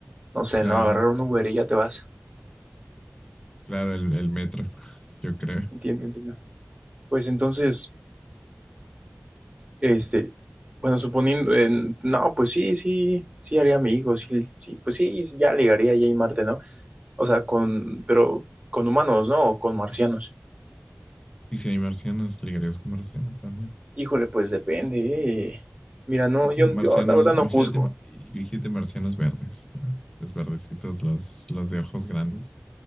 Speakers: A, on the right; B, on the left.
A: no sé,
B: claro,
A: ¿no? Agarrar un Uber y ya te vas.
B: claro, el, el metro, <laughs> yo creo.
A: Entiendo, entiendo. Pues entonces... Este, bueno, suponiendo, en- no, pues sí, sí, sí haría amigos, sí, sí, pues sí, sí, ya ligaría ya y Marte, ¿no? O sea, con, pero con humanos, ¿no? O con marcianos.
B: Y si hay marcianos, ligarías con marcianos también.
A: Híjole, pues depende. eh. Mira, no, yo,
B: Marcianos,
A: yo la verdad no
B: imagínate,
A: juzgo,
B: ma- imagínate marcianos verdes, ¿no? Los verdecitos, los, los de ojos grandes.